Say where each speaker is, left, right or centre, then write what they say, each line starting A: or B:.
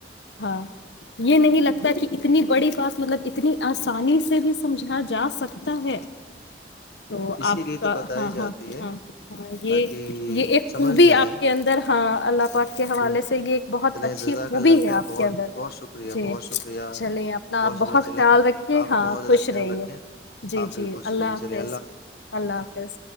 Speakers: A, on the left; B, on the left.
A: ہاں یہ نہیں لگتا کہ اتنی بڑی بات مطلب اتنی آسانی سے بھی سمجھا جا سکتا ہے تو
B: اسی
A: آپ
B: لیے
A: کا
B: تو بتائی
A: ہاں
B: جاتی
A: ہاں
B: ہے
A: ہاں ہاں یہ
B: تاکہ
A: یہ ایک
B: سمجھ
A: خوبی
B: میں
A: آپ
B: آئے
A: کے اندر ہاں اللہ وق کے حوالے
B: جی
A: سے یہ ایک بہت
B: چلیں
A: اچھی
B: جزاک
A: خوبی
B: اللہ
A: ہے
B: خیر
A: آپ
B: بہت
A: کے اندر
B: بہت شکریہ
A: جی
B: بہت شکریہ
A: چلے اپنا آپ بہت
B: شکریہ
A: خیال
B: چلے
A: رکھیے
B: آپ بھی
A: ہاں
B: بہت زیادہ
A: خوش
B: خیال
A: رہیے
B: رکھیں
A: جی
B: آپ بھی
A: جی
B: خوش
A: اللہ
B: رہیے
A: حافظ
B: چلیے
A: اللہ حافظ